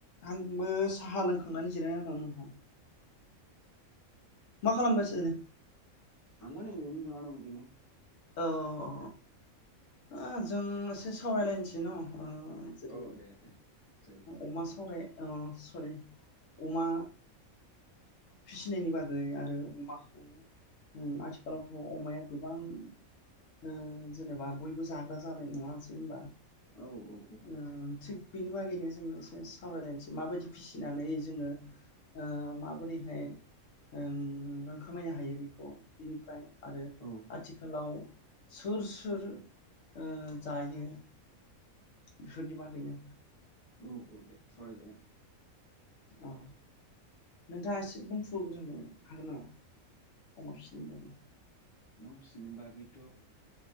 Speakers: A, on the left; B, on the left.
A: आंबो साहा लोंखांनानै जिरायनानै दं नोंथां मा खालामगासिनो?
B: औ आंबो नै ओरैनो जना दं बिदिनो
A: औ औ औ ओ जों एसे सावरायलायनोसै न ओ जेरै
B: औ दे दे जायो
A: अमा सावराय ओ सरि अमा फिसिनायनि बागै आरो अमाखौ आथिखालावथ अमाया गोबां ओ जेनेबा बयबो जाग्रा जाबाय नङासै होनबा
B: औ औ
A: ओ थिग बिनि बागैनो जोंनो एसे सावरायलायनोसै माबायदि फिसिनानै जोङो ओ माबोरैहाय ओं रां खामायनो हायो बेखौ बिनिफ्राय आरो
B: औ
A: आथिखालाव सोर सोर ओ जायो बेफोरनि बागैनो
B: औ दे सावरायजागोन
A: औ नोंथाङा एसे बुंफुग्रोनो हागोन नामा अमा फिनायनि
B: औ
A: बागै
B: अमा फिसिनाय बागैथ